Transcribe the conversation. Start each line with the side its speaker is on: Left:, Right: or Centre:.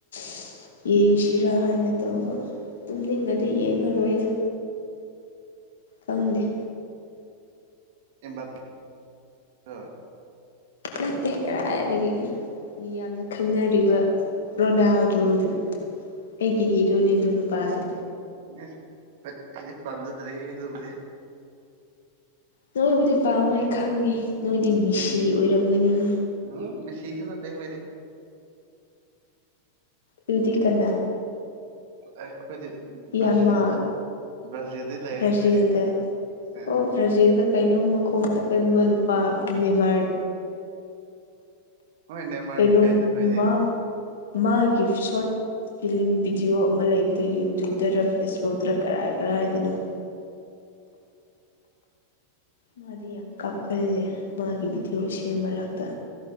Left: <unintelligible> ꯌꯦꯡꯁꯤꯔꯥ ꯍꯥꯏꯅ ꯇꯧꯕ ꯇꯨꯝꯅꯤꯡꯉꯗꯤ ꯌꯦꯡꯉꯔꯣꯏꯗ ꯈꯪꯗꯦ
Right: <unintelligible>
Left: ꯅꯠꯇꯦ ꯀꯔꯥꯏꯗꯒꯤ ꯃꯤ ꯌꯥꯝꯅ ꯈꯪꯅꯔꯤꯕ ꯔꯣꯅꯥꯜꯗꯣꯗꯨ ꯑꯩꯒꯤ ꯍꯤꯔꯣꯅꯦ ꯑꯗꯨ ꯅꯨꯄꯥꯗꯨ
Right: ꯑꯦ ꯑꯩꯗꯤ ꯄꯥꯝꯖꯗ꯭ꯔꯦꯦ꯫ꯍꯦ ꯑꯗꯨꯃꯥꯗꯤ
Left: ꯅꯣꯏꯕꯨꯗꯤ ꯄꯥꯝꯃꯣꯏ ꯈꯪꯉꯤ ꯅꯣꯏꯗꯤ ꯃꯤꯁꯤ
Right: ꯑꯦꯅꯤ
Left: ꯑꯣꯏꯔꯝꯒꯅꯤꯅꯦ
Right: ꯎꯝ ꯃꯦꯁꯤꯁꯨ ꯅꯠꯇꯦ ꯑꯩꯈꯣꯏꯗꯤ
Left: ꯑꯗꯨꯗꯤ ꯀꯅꯥ
Right: <unintelligible> ꯑꯩꯈꯣꯏꯗꯤ
Left: ꯌꯥꯃꯥꯜ
Right: ꯕ꯭ꯔꯥꯖꯤꯜ ꯕ꯭ꯔꯥꯖꯤꯜꯗꯤ ꯂꯩꯔꯦ
Left: ꯕ꯭ꯔꯥꯖꯤꯜꯗ
Right: ꯑꯩꯈꯣꯏꯗꯤ ꯎꯝ
Left: ꯑꯣ ꯕ꯭ꯔꯥꯖꯤꯜꯗ ꯀꯩꯅꯣꯝ ꯃꯈꯣꯡ ꯇꯛꯒꯟꯕ ꯅꯨꯄꯥ ꯃꯦꯃꯥꯔ
Right: ꯍꯣꯏ ꯅꯦꯃꯥꯔꯒꯤ
Left: ꯀꯩꯅꯣ
Right: ꯐꯦꯟꯁꯅꯦ ꯑꯩꯈꯣꯏꯗꯤ
Left: ꯃꯥ ꯃꯥꯒꯤ ꯁꯣꯠ ꯐꯤꯂꯝ ꯕꯤꯗꯤꯑꯣ ꯑꯃ ꯂꯩꯕꯗꯣ ꯌꯨꯇꯨꯕꯇꯔ ꯐꯦꯁꯕꯨꯛꯇꯔ ꯀꯔꯥꯏ ꯀꯔꯥꯏꯗꯅꯣ ꯃꯥꯗꯤ ꯌꯥꯝ ꯀꯥꯞꯀꯜꯂꯦ ꯃꯥꯒꯤ ꯚꯤꯗꯤꯑꯣꯁꯤꯡ ꯃꯔꯛꯇ